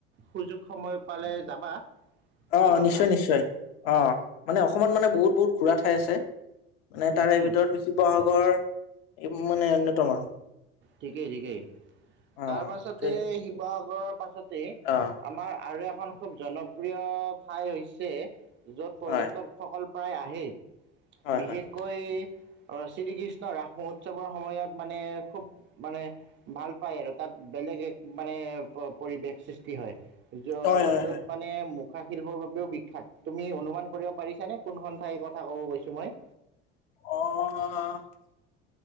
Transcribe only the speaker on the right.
সুযোগ সময় পালে যাবা।
ভাল পাবা।
উম,
উম,
ঠিকেই- ঠিকেই।
তাৰ পাছতে
শিৱসাগৰৰ পাছতে
আমাৰ আৰু এখন খুব জনপ প্ৰিয় ঠাই হৈছে য'ত পৰ্যটকসকল
প্ৰায় আহে।
বিশেষকৈ
অহ শ্ৰীকৃষ্ণ ন 'ৰাস -মহোৎসৱৰ সময়ত মানে খুব মানে ভাল পায় আৰু তাত বেলেগ এক মানে পৰিৱেশ সৃষ্টি হয়, য-
যত
মানে মুখা -শিল্পৰ বাবেও বিখ্যাত তুমি অনুমান কৰিব পাৰিছানে কোনখন ঠাইৰ কথা ক'ব গৈছো মই?